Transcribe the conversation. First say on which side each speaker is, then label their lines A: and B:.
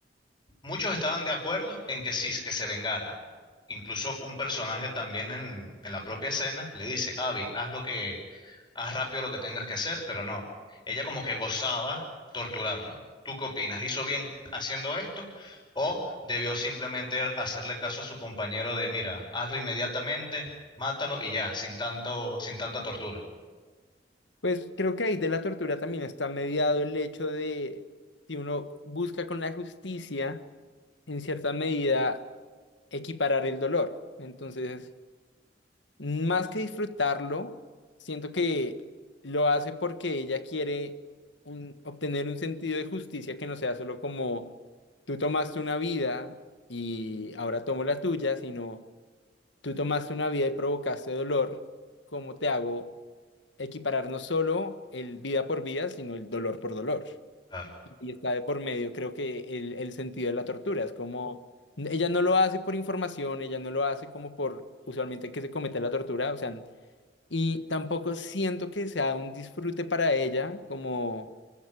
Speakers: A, on the left; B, on the left.
A: Muchos estaban de acuerdo en que sí, que se vengara. Incluso un personaje también en, en la propia escena le dice, Abby, haz lo que, haz rápido lo que tengas que hacer, pero no. Ella como que gozaba torturarlo. ¿Tú qué opinas? ¿Hizo bien haciendo esto o debió simplemente hacerle caso a su compañero de, mira, hazlo inmediatamente, mátalo y ya, sin tanto, sin tanta tortura?
B: Pues creo que ahí de la tortura también está mediado el hecho de si uno busca con la justicia, en cierta medida, equiparar el dolor. Entonces, más que disfrutarlo, siento que lo hace porque ella quiere un- obtener un sentido de justicia que no sea solo como tú tomaste una vida y ahora tomo la tuya, sino Tú tomaste una vida y provocaste dolor. ¿Cómo te hago equiparar no solo el vida por vida, sino el dolor por dolor?
A: Claro.
B: Y está de por medio, creo que el, el sentido de la tortura. Es como, n- ella no lo hace por información, ella no lo hace como por usualmente que se comete la tortura, o sea, y tampoco siento que sea un disfrute para ella, como,